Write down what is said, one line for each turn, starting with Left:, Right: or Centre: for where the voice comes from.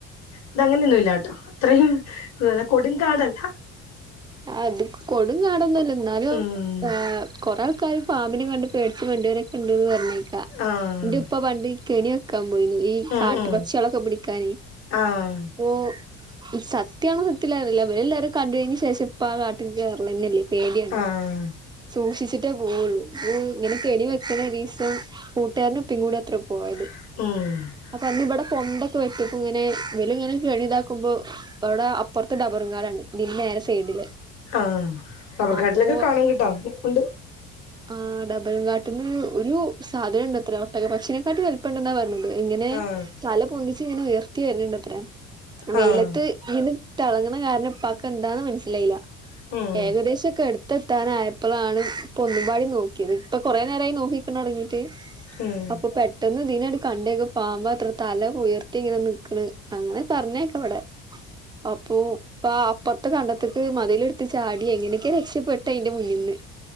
Left: ഇതങ്ങനെയൊന്നുമല്ലട്ടോ അത്രയും കൊടുംങ്കാടല്ല
Right: അത് കൊടുംകാടൊന്നല്ല എന്നാലും
Left: ഉം
Right: കൊറെ ആൾക്കാര് പാമ്പിനെ കണ്ട് പേടിച്ച് മണ്ടിയവരൊക്കെ ഉണ്ടെന്ന് പറഞ്ഞുകേക്കാം
Left: ആഹ്
Right: എന്റെ ഉപ്പ പണ്ട് കെണി വെക്കാൻ പോയിന് ഈ
Left: ഉം
Right: കാട്ടു
Left: ഉം
Right: പക്ഷികളൊക്കെ പിടിക്കാനെ
Left: ആഹ്
Right: ഓ സത്യവാണോന്നറിയത്തില്ല ഇവരെല്ലാ ഇവരെല്ലാരും കണ്ടയിനുശേഷം ഇപ്പ ആ കാട്ടിക്ക് പോവലന്നെയില്ലേ പേടിയാണ്
Left: ആഹ്
Right: സൂക്ഷിച്ചിട്ടേ പോവുള്ളൂ ഉം ഇങ്ങനെ കെണിവെക്കണ ഒരീസം കൂട്ടുകാരനും ഉപ്പേം കൂടിയത്രെ പോയത്.
Left: ആം
Right: അപ്പൊ അന്നിവിടെ പൊണ്ടൊക്കെ വെട്ടിയപ്പോയിങ്ങനെ ഇവലിങ്ങനെ കെണി ഇതാക്കുമ്പോ അപ്പഅവിടെ അപ്പറത്ത് ഡബറും കാടാണ് ഇതിനു നേരെ സൈഡില്
Left: ആ റബർക്കാട്ടിലൊക്കെ
Right: അപ്പോ
Left: കാണുംകിട്ടാ ഒണ്ട്
Right: ആ ഡബറും കാട്ട്ന്ന് ഒരു സാധനമുണ്ടത്രേ ഒട്ടക്ക പക്ഷിനെക്കാട്ട് വലുപ്പം ഉണ്ടെന്നാ പറഞ്ഞത്. ഇങ്ങനെ
Left: ആഹ്
Right: തല പൊന്തിച്ചിങ്ങനെ ഉയർത്തി വരണുണ്ടത്രേ വെയിലത്ത്
Left: ആഹ്
Right: ഇങ്ങനെ തെളങ്ങണകാരണം ഇപ്പാക്ക് എന്താന്ന് മനസ്സിലായില്ല
Left: ഉം
Right: ഏകദേശൊക്കെ അടു ത്തെത്താനായപ്പളാണ് ഒന്നുംപാടി നോക്കിയത് ഇപ്പൊ കൊറേ നേരായി നോക്കിക്കണ തൊടങ്ങീട്ട്.
Left: ഉം
Right: അപ്പൊ പെട്ട് ട്ടെന്ന് ഇതിനെട് കണ്ടെക്കും പാമ്പാത്ര തല ഉയർത്തി ഇങ്ങനെ നിക്കണ് അങ്ങനെ പറഞ്ഞെക്കാവിടെ അപ്പോ ഉപ്പാ അപ്പറത്തെ കണ്ടത്തിക്ക് മതിലെടുത്തു ചാടി എങ്ങനെയൊക്കെയൊ രക്ഷപ്പെട്ടയിന്റെ മുന്നീന്ന്.